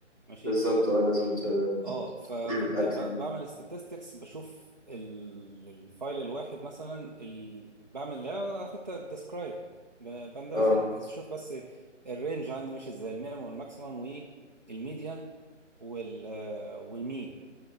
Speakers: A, on the right (about 35°); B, on the left (about 30°).
A: ماشي
B: بالظبط اه لازم ت-
A: اه فكنت
B: تكون متاكد
A: ب- بعمل statistics بشوف ال- الفايل الواحد مثلا ال... بعمل لا حتى ديسكرايب بنداس
B: اه
A: يعني بحيث اشوف بس الرينج عندي ماشي ازاي المينيمم والماكسيمم والميديان وال والمين